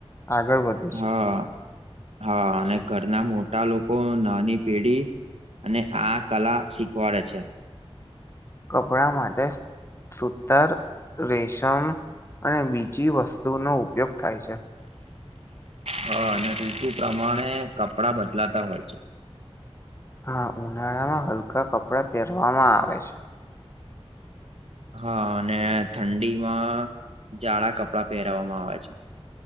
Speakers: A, on the left (about 25°); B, on the right (about 75°).
A: આગળ વધ
B: હા હા અને ઘરના મોટા લોકો નાની પેઢી અને આ કલા શીખવાડે છે.
A: કપડા માટે સૂતર, રેશમ અને બીજી વસ્તુઓનો ઉપયોગ થાય છે.
B: હા અને ઋતુ પ્રમાણે કપડા બદલાતા હોય છે.
A: હા ઉનાળામાં હલકા કપડાં પહેરવામાં આવે છે.
B: હા અને ઠંડીમાં જાળા કપડા પહેરવામાં આવે છે.